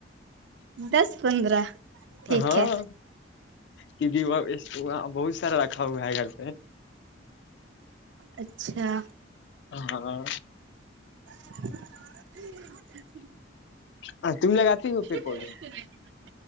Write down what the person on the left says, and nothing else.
ہاں
کیونک بہت سارا رکھا ہوا ہے گھر پہ
ہاں
ہاں تم ل گات ہو پھر پودے